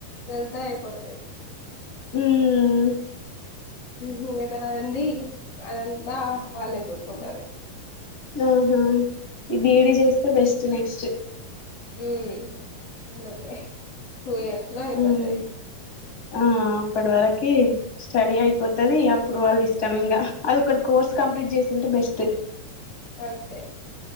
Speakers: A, on the left; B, on the left.
A: వెళ్తే అయిపోతది
B: ఉమ్
A: మిగతాది అన్నీ అదంతా వాళ్ళే చూసుకుంటారు
B: ఆహా ఈ బీఇడ్ చేస్తే బెస్ట్ నెక్స్ట్
A: ఉమ్ <inaudible> టూ ఇయర్స్ లో అయిపోతది
B: ఉమ్ ఆ అప్పటి వరకి స్టడీ అయిపోతుది అప్పుడు వాళ్ళు ఇష్టం ఇంగా అది ఒకటి కోర్స్ కంప్లీట్ చేసి ఉంటే బెస్ట్
A: అంతే